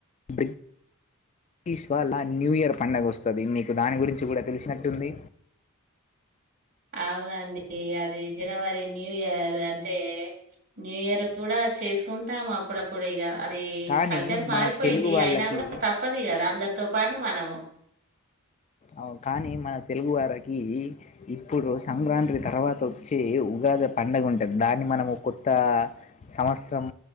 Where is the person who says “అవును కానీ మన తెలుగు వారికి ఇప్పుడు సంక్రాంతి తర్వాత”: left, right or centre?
Left